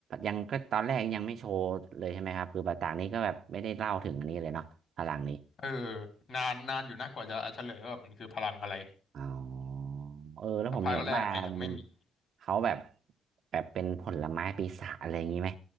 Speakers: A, on the right (about 65°); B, on the left (about 55°).
A: ยังก็ตอนแรกยังไม่โชว์เลยใช่ไหมครับคือแบบต่างนี้ก็แบบไม่ได้เล่าถึงอันนี้เลยเนาะพลังนี้
B: เออนานนานอยู่นะกว่าจะเฉลยว่าแบบมันคือพลังอะไร
A: อ๋อเออแล้วผมเห็นว่ามัน
B: แต่ภาคแรกเนี่ยยังไม่มี
A: เขาแบบแบบเป็นผลไม้ปีศาจอะไรอย่างนี้ไหม